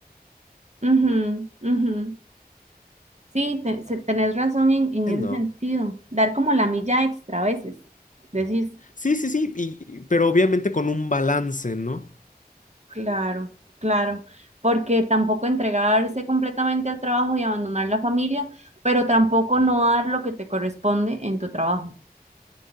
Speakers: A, on the right; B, on the left.
A: Ujú, ujú. Sí, te- se- tenés razón en, en
B: bueno.
A: ese sentido. Dar como la milla extra a veces. Decís,
B: Sí, sí, sí, y- y- pero obviamente con un balance, ¿no?
A: claro, claro, porque tampoco entregarse completamente al trabajo y abandonar la familia, pero tampoco no dar lo que te corresponde en tu trabajo.